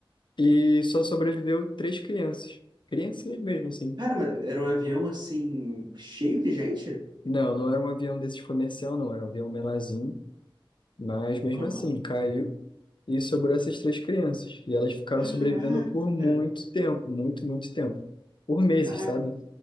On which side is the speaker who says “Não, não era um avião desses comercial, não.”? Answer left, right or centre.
Left